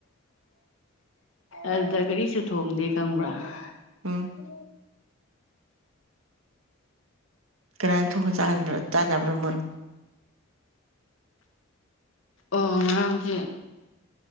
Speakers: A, on the left; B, on the right.
A: ꯑꯗꯨꯗ ꯀꯔꯤꯁꯨ ꯊꯣꯡꯗꯦ ꯈꯪꯕ꯭ꯔꯥ
B: ꯎꯝ
A: ꯎ
B: ꯀꯅꯥꯅ ꯊꯣꯡꯟꯕ꯭ꯔ ꯇꯥꯅꯕ꯭ꯔꯥ ꯃꯣꯏ
A: ꯑꯣ ꯍꯖꯤ